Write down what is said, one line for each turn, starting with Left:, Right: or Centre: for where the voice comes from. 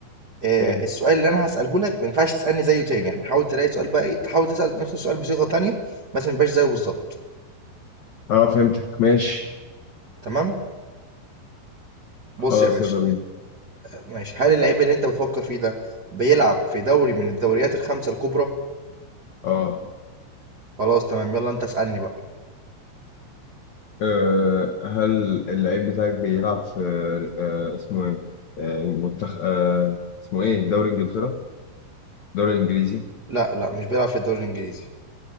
Right: أه
Left: ايه
Right: السؤال اللي انا هسأله لك ما ينفعش تسألني زيه تاني احنا حاول تلاقي سؤال بقى إيه تحاول تسأل نفس السؤال بصيغة تانية بس ما يبقاش زيه بالظبط
Left: اه فهمتك ماشي
Right: تمام؟
Left: خلاص
Right: بُص يا باشا،
Left: يلا بينا
Right: ماشي، هل اللعيب اللي أنت بتفكّر فيه ده بيلعب في دوري من الدوريات ال5 الكُبرى؟
Left: اه
Right: خلاص تمام، يالّا أنت اسألني بقى.
Left: أه هل اللعيب بتاعك بيلعب في أه اسمه ايه؟ أه منتخب أه اسمه ايه؟ دوري انجلترا؟ دوري انجليزي؟
Right: لأ، لأ، مش بيلعب في الدوري الإنجليزي.